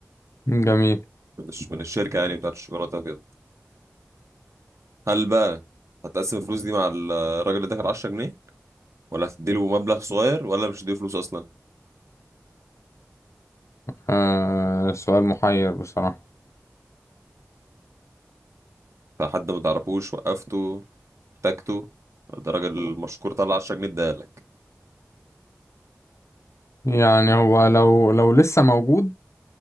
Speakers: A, on the left; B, on the right.
A: جميل
B: من الش- من الشركه يعني بتاعت الشوكولاته وكده هل بقى هتقسم الفلوس دي مع الراجل اللي داخل 10 جنيه ولا هتديله مبلغ صغير ولا مش هتديله فلوس اصلا
A: آه سؤال محير بصراحة
B: فحد ما تعرفوش وقفته احتاجته ده راجل مشكور طلع 10 جنيه اداهالك
A: يعني هو لو لو لسه موجود